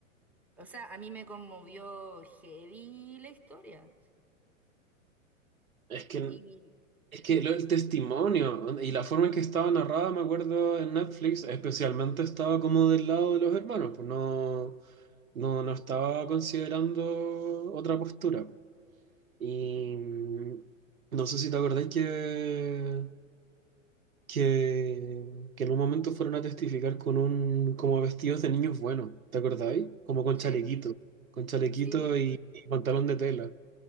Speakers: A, in the centre; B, on the right.
A: O sea, a mí me conmovió heavy la historia.
B: Es que,
A: Y
B: es que lo- el testimonio y la forma en que estaba narrada, me acuerdo en Netflix, especialmente estaba como del lado de los hermanos, pues no. No, no estaba considerando otra postura. Y mm, no sé si te acordáis que, que, que en un momento fueron a testificar con un, como vestidos de niños buenos, ¿te acordáis? Como con
A: sí,
B: chalequito, con chalequito
A: sí,
B: y, y pantalón de tela.